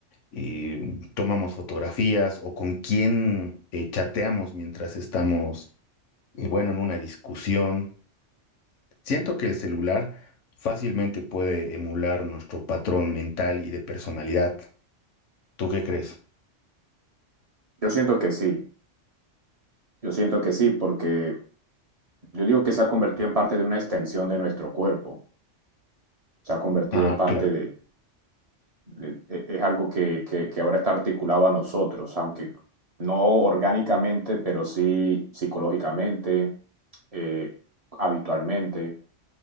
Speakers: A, on the left; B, on the right.
A: eh, tomamos fotografías o con quién eh, chateamos mientras estamos, eh, bueno, en una discusión. Siento que el celular fácilmente puede emular nuestro patrón mental y de personalidad. ¿Tú qué crees?
B: Yo siento que sí, yo siento que sí, porque yo digo que se ha convertido en parte de una extensión de nuestro cuerpo, se ha convertido
A: Ah,
B: parte
A: claro.
B: de eh, es algo que, que, que ahora está articulado a nosotros, aunque no orgánicamente, pero sí psicológicamente, eh, habitualmente,